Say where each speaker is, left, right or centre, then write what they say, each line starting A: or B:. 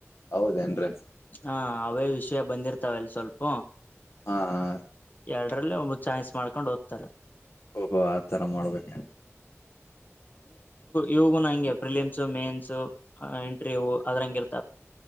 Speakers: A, on the left; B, on the left.
A: ಹೌದೇನ್ರರಿ
B: ಹಾ ಅವೇ ವಿಷಯ ಬಂದಿರ್ತಾವಲ್ಲಿ ಸ್ವಲ್ಪ
A: ಹಾರೀ
B: ಎರಡರಲ್ಲಿ ಒಂದು ಚಾಯನ್ಸ್ ಮಾಡ್ಕೊಂಡು ಓದ್ತಾರೆ
A: ಓಹೋ ಆತರ ಮಾಡಬೇಕೇನು
B: ಇವಗೂನು ಹಂಗೆ ಫಿಲಿಮ್ಸ್ ಮೇನ್ಸ್ ಇಂಟ್ರವ್ಯೂ ಅದ್ರಂಗ ಇರ್ತ